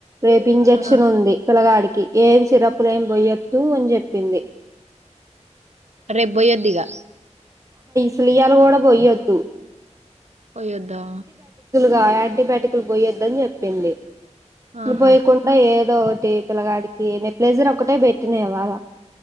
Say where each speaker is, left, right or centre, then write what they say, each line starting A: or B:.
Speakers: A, on the right; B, on the right.
A: రేపు ఇంజక్షన్
B: ఆ
A: ఉంది పిల్లగాడికి ఏం సిరపులు ఏం పొయ్యద్దు అని చెప్పింది
B: రేప్ పొయ్యద్దిగా
A: ఇయ్యాల కూడా పొయొద్దు
B: పోయద్దా
A: గా యాంటీబయాటికులు పోయొద్దని చెప్పింది
B: ఆహా
A: పోయకుంటె ఏ ఏదో ఒకటి పిల్లగాడికి నెక్ ప్లేజర్ ఒకటే పెట్టిన ఇవాల